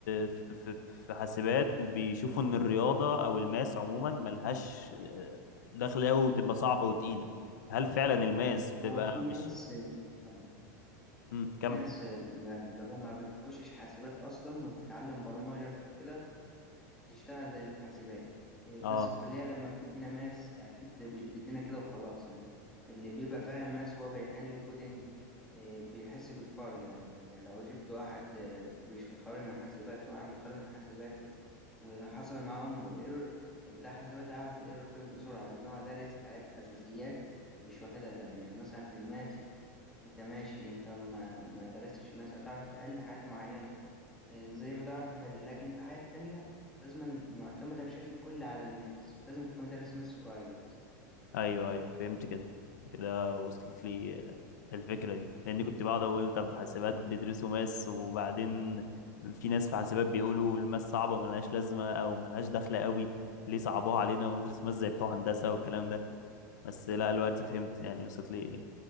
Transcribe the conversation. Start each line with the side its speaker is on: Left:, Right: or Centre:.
Left: في في في حاسبات بيشوفوا ان الرياضه او الماس عموما ملهاش آه، دخل قوي وتبقى صعبه وتقيله هل فعلا الماس بتبقى
Centre: هو في ناس
Left: مش
Centre: طبعا
Left: مم،
Centre: في
Left: كمل
Centre: ناس ما اللي هو ما بتخشش حاسبات أصلا وبتتعلم برمجة كده تشتغل زي اللي في حاسبات إيه،
Left: اه
Centre: بس الكلية لما بتدينا ماس أكيد مش بتدينا كده وخلاص يعني اللي بيبقى فاهم ماس وهو بيحل الكودينج إيه، بيحس بالفرق يعني لو جبت واحد إيه، مش متخرج من حاسبات وواحد متخرج من حاسبات وحصل معاهم ايرور بتاع حاسبات هيعرف الايرور فين بسرعة لأن هو دارس حاجات أساسيات مش واخدها ده يعني مثلا في الماس أنت ماشي أنت ما ما درستش ماس هتعرف تحل حاجات معينة آه، زي ما ده في حالي لكن في حياة تانية لازم معتمدة بشكل كلي على الماس فلازم تكون دارس ماس كويس
Left: ايوه ايوه فهمت كده كده وصلت لي آه، الفكره دي لاني كنت بقعد اقول طب حاسبات بيدرسوا ماس وبعدين في ناس في حاسبات بيقولوا الماس صعبه وملهاش لازمه او ملهاش دخل قوي ليه صعبوها علينا وندرس ماس زي بتوع هندسه والكلام ده بس لا دلوقتي فهمت يعني وصلت لي